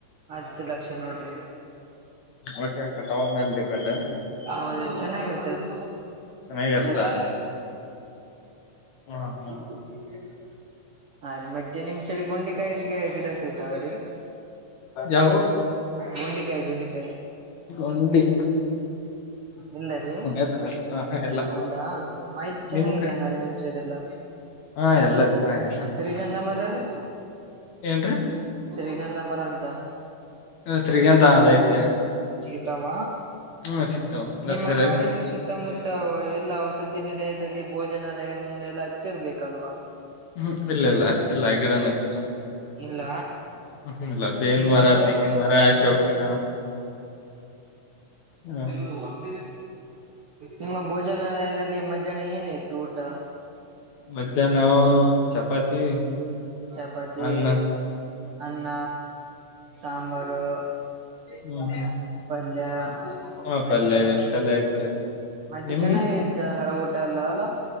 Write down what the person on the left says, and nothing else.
ಓಕೆ ಕಟಾವ ಮೇಲೆ ಡಿಪೆಂಡ್ ಏನ್ರಿ
ಚೆನ್ನಾಗಿರ್ತ
ಹ್ಮ ಹ್ಮ್
ಯಾವ
ಒಂಡಿ
ಅದ್ರ ಹೆಸರು ಎಲ್ಲ
ನಿಮ್ ಕ
ಹಾ ಎಲ್ಲ ಚೆನ್ನಾಗೈತೆ
ಏನ್ರೀ
ಶ್ರೀಗಂಧ ಅದೈತೆ
ಹ್ಮ್ ಸಿಗ್ತಾವ ನರ್ಸರಿಯಲ್ಲಿ
ಸಿಗ್
ಹ್ಮ್ ಇಲ್ಲ ಇಲ್ಲ ಅಕ್ಚ್ಚಲ್ಲ ಆಗಿಡನ್ಚ್ಚಿಲ್ಲ
ಹ್ಮ್ಮ ಇಲ್ಲ ಬೇವನ್
ಮರ
ತೆಂಗಿನ ಮರ ಅಶೋಕ್
ಗಿಡ ಹ
ಮಧ್ಯಾಹ್ನ ಚಪಾತಿ
ಅನ್ನ
ಹ್ಮ್
ಹ ಪಲ್ಯ ಇಷ್ಟೆಲ್ಲ ಐತ್ರಿ
ನಿಮ್ಗೆ